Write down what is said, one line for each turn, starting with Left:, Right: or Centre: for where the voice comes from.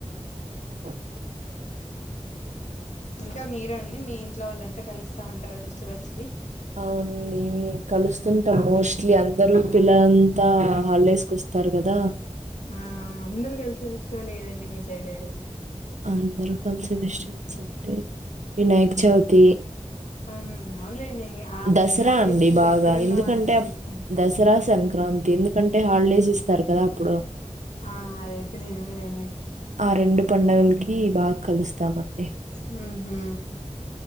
Right: ఆ
Left: ఇంకా మీరు అండి మీ ఇంట్లో వాళ్ళంతా కలుస్తా ఉంటారా ఫెస్టివల్స్ కి
Right: అవునండి కలుస్తుంటం మోస్ ఇ అందరుూ పిల్లల అంతా హాలిడేస్ కు వస్తారు కదా
Left: ఆ అందరు కలిసిన ఇష్టం లేదండి మీ సైడ్
Right: అందరుూ కలిసి ఫెస్టివల్స్ అంటే వినాయక చవితి
Left: హ అవునులేండి ఆ
Right: దసరా
Left: ఫెస్టివల్ కి
Right: అండి
Left: అయితే ఇంకెక్కడున్న
Right: బాగా ఎందుకంటే
Left: వాళ్ళు వచ్చేస్తారు
Right: దసరా సార్క్ సంక్రాంతి ఎందుకంటే హాలిడేస్ ఇస్తారు కదా అప్పుడు
Left: ఆ అదైతే నేజమే లెండి
Right: ఆ రెండు పండుగలకి బాగా కలుస్తామండి
Left: హుహు